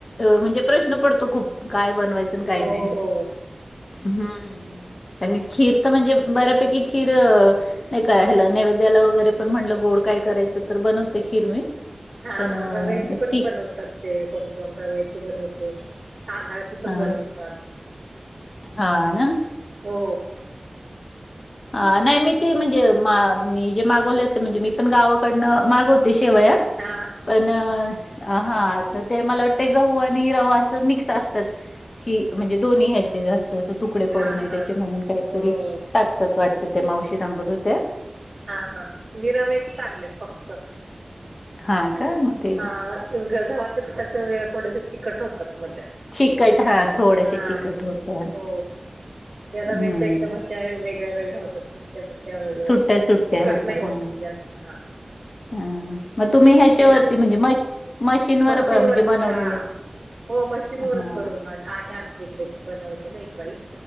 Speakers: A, on the left; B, on the right.
A: म्हणजे प्रश्न पडतो खूप काय बनवायच काही
B: हो
A: नाही
B: हो हो
A: हम् आणि खीर तर म्हणजे बऱ्यापैकी खीर नाही काय हलं नैवेद्याला वगैरे पण म्हणलं ग ड काय करायचं तर बनवते खीर मी
B: हा
A: पण अ,
B: हा रव्याची पण
A: ती
B: बनवतात ते कोण कोण रव्याची बनवते तांदळाची पण
A: हां,
B: बनवतात
A: हां ना.
B: हो
A: ह नाही मी ते म्हणजे मी जे मागवले होते म्हणजे मी पण गावाकडनं मागवत ति शेवया
B: हा
A: पण हा तर ते मला वाटतय गहू आणि रवा असं मिक्स असतात की म्हणजे दोन्ही ह्याचे जास्त ज तुकडे
B: हा
A: पडू
B: हा
A: नये
B: हा
A: त्याचे म्हणून काहीतरी
B: हो
A: टाकतात वाटतं ते मावशी सांगत हो त्या
B: हा हा मी रव्याचेच आणलेत फक्त
A: हा का ते
B: हा गव्हाचे पिठाचे वग थोडेसे चिकट होतात मत
A: चिकट हा थोडेसे
B: हा
A: चिकट होतात.
B: हो या
A: हम्म
B: रव्याचे एकदम असे आहे वेगळ्या वेगळ्या होतात
A: सुट्ट्या
B: व
A: सुट्ट्या
B: तिकट
A: होतात
B: नाही होत
A: हा
B: म्हणजे असं हा
A: हा मग तुम्ही ह्याच्यावरती
B: केल्यानंतर
A: म्हणजे म मशीनवर
B: मशीन
A: म्हणजे
B: वरती
A: बनवलेले
B: हा हो मशीन वरच
A: हा
B: बनवून आहे आमचे त बनवते ना एक बाई